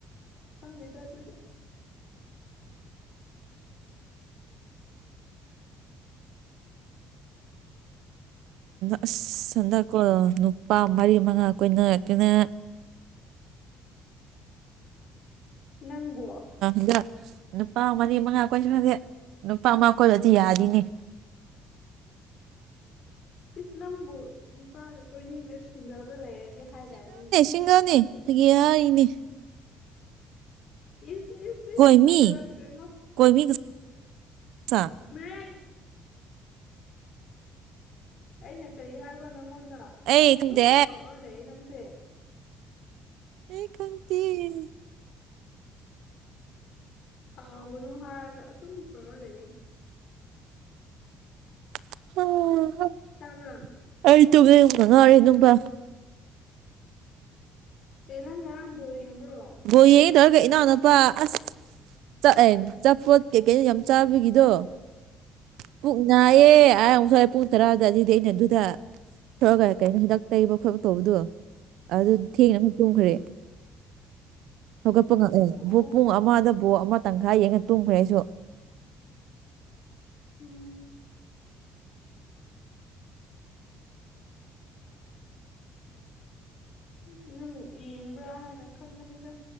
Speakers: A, on the left; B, on the right.
A: ꯈꯪꯗꯦꯗ ꯑꯗꯨꯗꯤ
B: ꯑꯁ ꯍꯟꯗꯛꯀꯣ ꯅꯨꯄꯥ ꯃꯔꯤ ꯃꯉꯥ ꯀꯨꯏꯅ ꯔꯨꯛꯇꯅ
A: ꯅꯪꯕꯣ
B: ꯟꯗ ꯅꯨꯄꯥ ꯃꯔꯤ ꯃꯉꯥ ꯀꯣꯏꯁꯨ ꯈꯗꯦ ꯅꯨꯄꯥ ꯑꯃ ꯀꯣꯏꯕꯗꯤ ꯌꯥꯔꯤꯅꯤ
A: ꯏꯁ ꯅꯝꯕꯨ ꯅꯨꯄꯥꯒ ꯀꯣꯏꯅꯤꯡꯗ ꯁꯤꯡꯗꯗ ꯂꯩꯔꯒꯦ ꯍꯥꯏꯗꯅꯏꯅꯤꯅꯦ
B: ꯁꯤꯡꯒꯅꯦ ꯐꯥꯒꯤ ꯍꯥꯏꯔꯤꯅꯦ
A: ꯏꯁ ꯏꯁ
B: ꯀꯣꯏꯃꯤ
A: ꯏꯁ ꯊꯥꯖꯔꯛꯇ꯭ꯔꯦꯉꯣ
B: ꯀꯣꯏꯃꯤ ꯀꯁꯥ,
A: ꯃꯥ ꯑꯩꯅ ꯀꯔꯤ ꯍꯥꯏꯕ꯭ꯔꯣ ꯅꯪꯉꯣꯟꯗ
B: ꯑꯩ
A: ꯑꯗꯨꯝ
B: ꯈꯪꯗꯦ
A: ꯀꯥꯎꯔ ꯂꯩ ꯅꯪꯁꯦ
B: ꯑꯩ ꯈꯪꯗꯦꯌꯦ
A: ꯀꯥꯎꯒꯨꯅꯨ ꯍꯥꯏ ꯑꯗꯨꯝ ꯀꯥꯎꯔꯒꯥ ꯂꯩꯔꯦ
B: <unintelligible>
A: ꯇꯥꯕ꯭ꯔ
B: ꯑꯩ ꯇꯨꯝꯅꯨꯪꯕꯅꯥ ꯉꯥꯑꯣꯔꯦ ꯅꯨꯄꯥ
A: ꯑꯦ ꯅꯪ ꯉꯔꯥꯡꯕ ꯌꯦꯡꯕ꯭ꯔꯣ
B: ꯕꯥꯜꯂ ꯌꯦꯡꯗꯔꯒꯦ ꯇꯥꯔꯒꯥ ꯏꯅꯥꯎ ꯅꯄꯥ ꯑꯁ ꯆꯥꯛꯂꯦ ꯆꯥꯄꯣꯠ ꯀꯩꯀꯩꯅꯣ ꯌꯥꯝ ꯆꯥꯕꯒꯤꯗꯣ ꯄꯨꯡ ꯅꯥꯏꯌꯦ
A: ꯎꯝ
B: ꯑ ꯑꯃꯨꯛꯁꯨ ꯍꯥꯏ ꯄꯨꯡ ꯇꯔꯥꯗ ꯑꯗꯨꯏꯗꯤ ꯑꯩꯅ ꯑꯗꯨꯗ ꯊꯔꯒ ꯀꯩꯅꯣ ꯍꯤꯗꯥꯛ ꯇꯩꯕ ꯈꯣꯠꯄ ꯇꯧꯕꯗꯣ ꯑꯗꯨ ꯊꯦꯡꯅ ꯑꯃꯨꯛ ꯇꯣꯡꯈ꯭ꯔꯦ
A: ꯎꯝ
B: ꯍꯧꯒꯠꯄ ꯉꯛꯅ
A: ꯑꯣ
B: ꯕꯥꯜꯂ ꯄꯨꯡ ꯑꯃꯗ ꯕꯥꯜꯂ ꯑꯃ ꯇꯪꯈꯥꯏ ꯌꯦꯡꯉ ꯇꯨꯝꯈ꯭ꯔꯦ ꯑꯩꯁꯨ
A: ꯎꯝ ꯑꯩꯗꯤ ꯅꯪꯛ ꯌꯦꯡꯕ꯭ꯔꯥ ꯍꯥꯏꯅ ꯈꯟꯕꯅꯤꯗ